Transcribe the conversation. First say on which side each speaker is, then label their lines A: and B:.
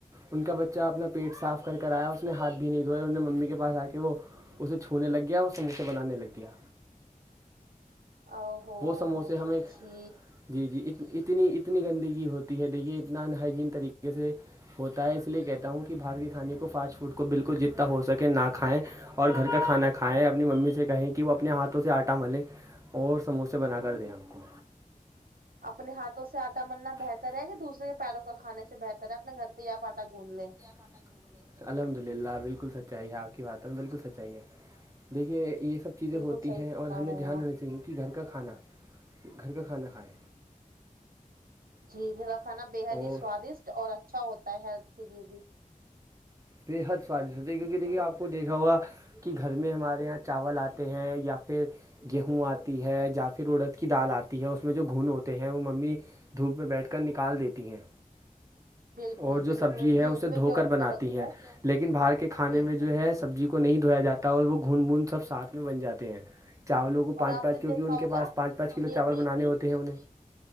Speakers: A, on the right; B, on the right.
A: ان کا بچہ اپنا پیٹ صاف کر آیا اس نے ہاتھ بھی نہیں دھوئے اور ان میں ممی کے پاس آ کے وہ اسے چھونے لگ گیا اور سموسے بنانے لگ گیا
B: ا ہوو
A: وہ سموسے ہمیں
B: چھی
A: جی جی ایک اتنی اتنی گندگی ہوتی ہے دیکھیے اتنا ان ہائجین طریقے سے ہوتا ہے اس لیے کہتا ہوں کہ بھارت کے کھانے کو فاسٹ فوڈ کو بالکل جتنا ہو سکے نہ کھائیں اور گھر کا کھانا کھائےیں ا اپنی ممی سے کہیں کہ وہ اپنے ہاتھوں سے آٹا ملیں اور سموسے بنا کر دیں آپ کو
B: اپنے ہاتھوں سے آٹا ملنا بہتر
A: اس
B: ہے کہ دوسرے کے پیروں کا کھانے سے بہتر ہے نا گھر تویا پٹات گون لے
A: پانہ گگ الحمد للہ بالکل سچائی ہے آپ کی باتوں میں بالکل سچائی ہے دیکھیے یہ سب چیزیں
B: بالکل
A: ہوتی
B: صحیح
A: ہیں
B: فرما
A: اور ہمیں
B: رہے
A: دھیان
B: ہیں آپ
A: رنا چاہیے کہ گھر کا کھانا گھر کا کھانا کھائائے
B: جی ما کھانا بے حد
A: اور
B: ہی سوادشٹ اور اچھا ہوتا ہے ہیلتھ کے لیے بھی
A: بےحد سوادش ہوتی ہے کیونکہ دیکے آ کو دھا ہوا کہ گھر میں ہمارے یہاں چاول آتے ہیں یا پھر گیہوں آتی ہے یا پھر عڑد کی دال آتی ہے اس میں جو گھن ہوتے ہیں وہ ممی دھوپ میںہ بیٹھ کر نکال دیتی ہیں
B: بالکل
A: اور جو
B: بالکل
A: سبزی ہے
B: دھوپ
A: اسے
B: میں
A: دھو
B: گیہوں
A: کر بناتی
B: کو رکھ کر
A: ہے لیکن باہر کے کھانے
B: بالکل
A: میں جو ہے سبزی کو نہیں دھویا جاتا اور وہ گھن بھن سب ساتھ میں بن جاتے ہیں چاولوں کو
B: اور
A: پانچ
B: آپ
A: پانچ
B: نے
A: کیونکہ
B: دیکھا
A: ان کے
B: ہوگا
A: پا پانچ پانچ کل
B: یہ
A: چاول
B: بھی
A: بنے
B: کہ
A: ہوتے ہیں انہیں